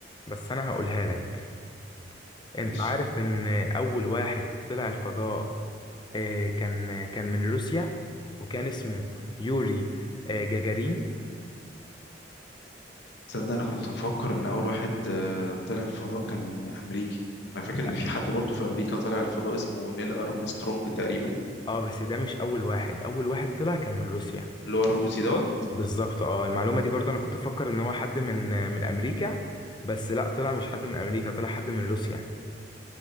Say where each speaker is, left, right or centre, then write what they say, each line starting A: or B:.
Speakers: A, on the left (about 25°); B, on the left (about 70°).
A: بس انا هقولها لك انت
B: ماشي
A: عارف ان اول واحد طلع الفضاء آه، كان كان من روسيا وكان اسمه يوري آه، جاجارين
B: تصدق انا كنت مفكر ان اول واحد آه، طلع الفضاء كان امريكي انا فاكر
A: لا
B: ان في حد برضه في امريكا طلع الفضاء اسمه نيل ارمسترونج تقريبا
A: اه بس ده مش اول واحد اول واحد طلع كان من روسيا
B: اللي هو الروسي دوت
A: بالظبط اه المعلومة دي برضه انا كنت افكر ان هو حد من من امريكا بس لا طلع مش حد من امريكا طلع حد من روسيا